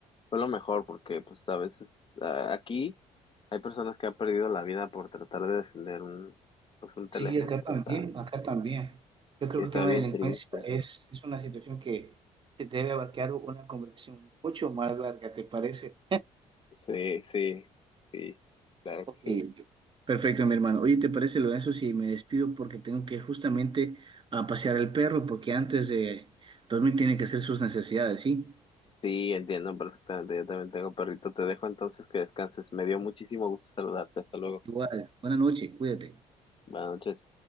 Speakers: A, on the left (about 40°); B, on the right (about 35°).
A: fue lo mejor, porque pues a veces ah, aquí hay personas que han perdido la vida por tratar de defender un, pues un teléfono,
B: Sí, acá también,
A: y está,
B: acá también. Yo creo
A: y
B: que
A: está
B: el tema
A: bien
B: de la delincuencia
A: triste.
B: es, es una situación que te debe abarcar una conversación mucho más larga, ¿te parece?
A: Sí, sí, sí, claro
B: Ok,
A: que sí.
B: perfecto, mi hermano. Oye, ¿te parece, Lorenzo, si me despido porque tengo que ir justamente a pasear al perro porque antes de dormir tiene que hacer sus necesidades, ¿sí?
A: Sí, entiendo perfectamente, yo también tengo perrito, te dejo entonces que descanses. Me dio muchísimo gusto saludarte, hasta luego.
B: Igual, buena noche, cuídate.
A: Buenas noches.